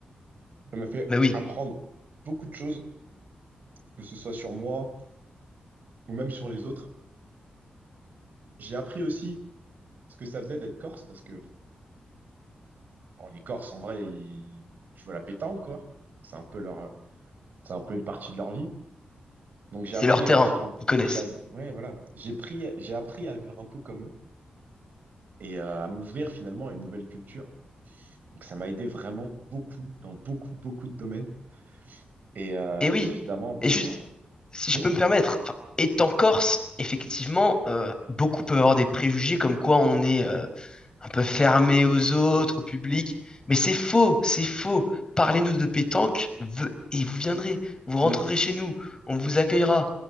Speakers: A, on the right (about 70°); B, on the left (about 30°).
A: ça m'a fait
B: Ah Bah oui,
A: apprendre beaucoup de choses, que ce soit sur moi ou même sur les autres. J'ai appris aussi ce que ça faisait d'être corse, parce que bon, les Corses en vrai, ils, tu vois la pétanque quoi. C'est un peu leur, c'est un peu une partie de leur vie. Donc j'ai
B: c'est
A: appris
B: leur terrain,
A: à vivre un, p-
B: ils connaissent.
A: j'ai, ouais voilà, j'ai pris, j'ai appris à vivre un peu comme eux et euh, à m'ouvrir finalement à une nouvelle culture. Donc ça m'a aidé vraiment beaucoup dans beaucoup beaucoup de domaines. Et, euh,
B: Et oui,
A: et puis évidemment, bon.
B: et juste,
A: euh,
B: si je
A: hum,
B: peux me permettre, enfin, étant Corse, effectivement, euh, beaucoup peuvent avoir des préjugés comme quoi on est euh, un peu fermé aux autres, au public, mais c'est faux, c'est faux. Parlez-nous de pétanque ve- et vous viendrez, vous rentrerez
A: hum.
B: chez nous, on vous accueillera.